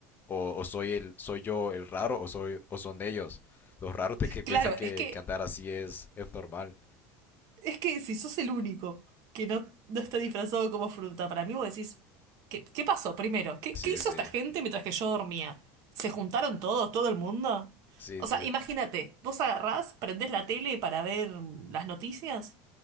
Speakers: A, on the left (about 30°); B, on the right (about 60°).
A: o, o soy el, soy yo el raro, o soy, o son ellos, los raros de que
B: Claro,
A: piensan que,
B: es que
A: que andar así es, es normal.
B: Es que si sos el único que no, no está disfrazado como fruta, para mí vos decís, ¿qué, qué pasó primero? ¿Qué,
A: Sí,
B: qué hizo
A: sí,
B: esta gente mientras que yo dormía? ¿Se juntaron todos, todo el mundo?
A: sí,
B: O
A: sí,
B: sea, imagínate, vos agarrás, prendés la tele para ver las noticias